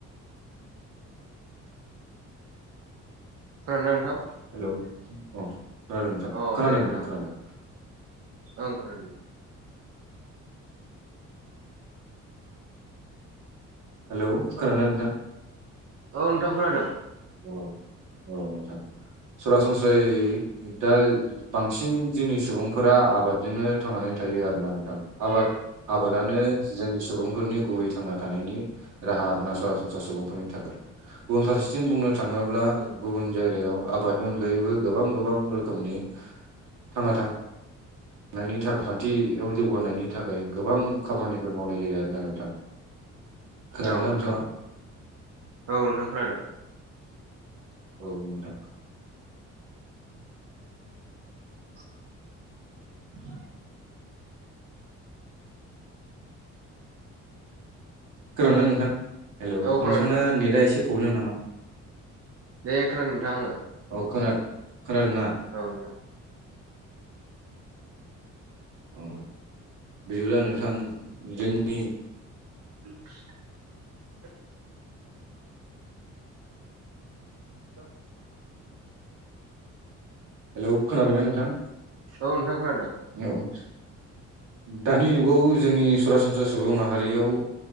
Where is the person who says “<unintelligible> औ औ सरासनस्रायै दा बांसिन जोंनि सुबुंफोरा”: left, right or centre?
Right